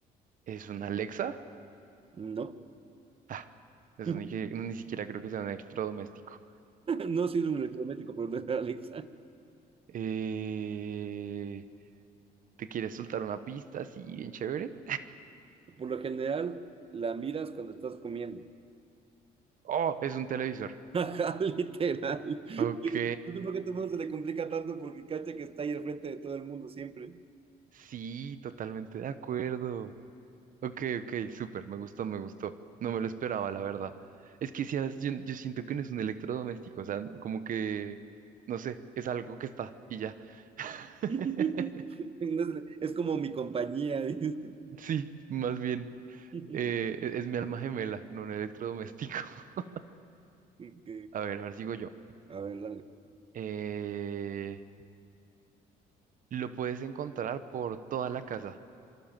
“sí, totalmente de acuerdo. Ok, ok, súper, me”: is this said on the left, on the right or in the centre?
Right